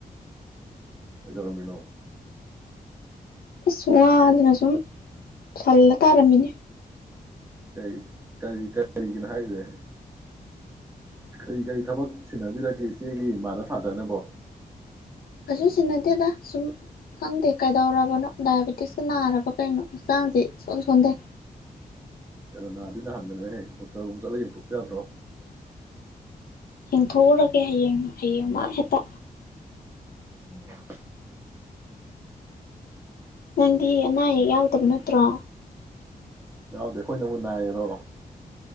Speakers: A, on the right; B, on the left.
A: ꯀꯩꯗꯧꯔꯝꯃꯤꯅꯣ
B: ꯑꯁ ꯋꯥꯗꯅ ꯁꯨꯝ ꯁꯜꯂ ꯇꯥꯔꯝꯃꯤꯅꯦ
A: ꯀꯔꯤ ꯀꯔꯤ ꯀꯔꯤꯒꯤꯅꯣ ꯍꯥꯏꯖꯦ ꯀꯔꯤ ꯀꯔꯤ ꯊꯕꯛ ꯁꯤꯟꯅꯕꯤꯒꯦ ꯏꯆꯦꯒꯤ ꯃꯥꯗꯔ ꯐꯥꯗꯔꯅꯕꯣ
B: ꯀꯩꯁꯨ ꯁꯤꯟꯅꯗꯦꯗ ꯁꯨꯝ ꯈꯪꯗꯦ ꯀꯩꯗꯧꯔꯕꯅꯣ ꯗꯥꯏꯕꯦꯇꯤꯁꯀ ꯅꯥꯔꯕ ꯀꯩꯅꯣ ꯍꯛꯆꯥꯡꯖꯦ ꯏꯁꯣꯟ ꯁꯣꯟꯗꯩ
A: ꯀꯩꯅꯣ ꯅꯥꯗꯤ ꯅꯥꯍꯟꯒꯅꯣꯍꯦ ꯗꯣꯛꯇꯔ ꯀꯣꯛ ꯆꯠꯂ ꯌꯦꯡꯊꯣꯛꯄ ꯌꯥꯗ꯭ꯔꯣ
B: ꯌꯦꯡꯊꯣꯛꯎꯔꯒꯦ ꯍꯌꯦꯡ ꯍꯌꯦꯡ ꯃꯥ ꯍꯦꯛꯇ
A: <unintelligible>
B: ꯅꯪꯗꯤ ꯑꯅꯥ ꯑꯌꯦꯛ ꯌꯥꯎꯗꯕ ꯅꯠꯇ꯭ꯔꯣ
A: ꯌꯥꯎꯗꯦ ꯑꯩꯈꯣꯏꯅꯕꯨ ꯅꯥꯏꯔꯣ